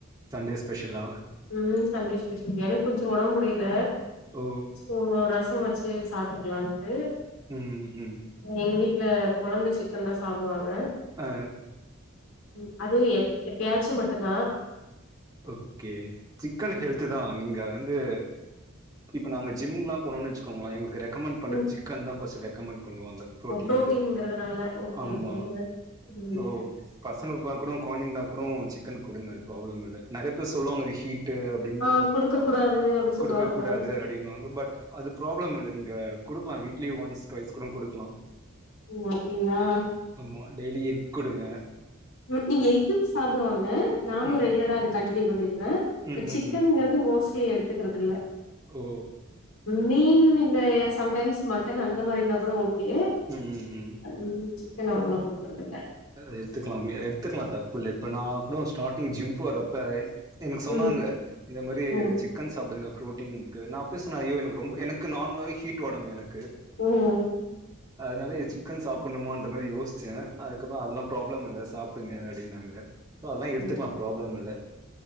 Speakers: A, on the right (about 20°); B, on the left (about 85°).
A: சன்டே ஸ்பெஷலா
B: ம் சண்டே ஸ்பெஷல் எனக்கு கொஞ்சோ ஒடம்பு முடில
A: ஓ
B: சோ ரசம் வச்சு சாப்ட்டுக்குலான்ட்டு
A: ம் ம்
B: எங்க வீட்ல கொழந்த சிக்கன் தா சாப்டுவாங்க
A: ஆ
B: ம் அது எப் எப்யாச்சு மட்டுந்தா
A: ஓகே சிக்கன்
B: ம்
A: ஹெல்த்து தா நீங்க வந்து இப்ப நாங்க ஜிம்லா போன்னன் வச்சுக்கோங்ளே எங்க ரெக்கமெண்ட் பண்றது
B: ம்,
A: சிக்கன் தா ஃபர்ஸ்டு ரெக்கமெண்ட் பண்ணுவாங்க ப்ரோட்டின்
B: ஓ புரோட்டீன்ங்கிறதுனால
A: க்கு
B: ஓகே
A: ஆமா‌
B: ஓகேங்க ம்
A: ப்ரோ பசங்க க்லா கூட கொழந்தைங்ளா கூட சிக்கன் குடுங்க அது ப்ராப்ளம் இல்ல நெறைய பேர் சொல்வாங்க‌ அது ஹீட் டு அப்டின்
B: ஆ குடுக்க கூடாது அப்டி
A: குடுக்க
B: சொல்லுவாங்க
A: கூடாது அப்டின்னுவாங்க பட் அது ப்ராப்ளம் இல்ல நீங்க குடுக்லா வீக்லி ஒன்ஸ் ட்வைஸ் கூட குடுக்லா
B: ஓ அப்டிங்ளா
A: ஆமா டெய்லி எக் குடுங்க
B: ம் கு எக்கு சாப்டுவாங்க நானு
A: ம்
B: ரெகுலரா அது கண்டினியூ பண்ணிடுவே
A: ம்
B: பட்
A: ம்
B: சிக்கன்
A: ம்
B: ங்குற து மோஸ்ட்லி எடுத்துக்றது இல்ல
A: ஓ
B: மீன் இல்ல சம்டைம்ஸ் மட்டன் அந்த மாரினா கூட ஓகே
A: ம் ம் ம்
B: ம் சிக்கன் அவ்ளவா குடுக்கறதில்ல
A: அத எத்துக்கலா அத எத்துக்கலா தப்பு இல்ல இப்ப நா கூட ஸ்டார்டிங் ஜிம் போறப்ப எனக்கு சொன்னாங்க
B: ம்
A: இந்த மாரி‌‌
B: ம்
A: சிக் கன் சாப்டுங்க ப்ரோட்டின்க்கு‌ நா அப்பவே சொன்னே ஐயோ எனக்கு ரொம்ப எனக்கு நார்மலாவே ஹீட் ஒடம்பு எனக் கு
B: ம்
A: அதனாலயே சிக்கன் சாப்பட்ணுமான்ற மாரி யோசிச்சே அதுக் கப்பா அதெல்லா ப்ராப்ளம் இல்ல சாப்டுங்க அப்டின்னாங்க சோ அதெல்லா எடுத்துக்லா
B: ம்
A: ப்ராப்ளம் இல்ல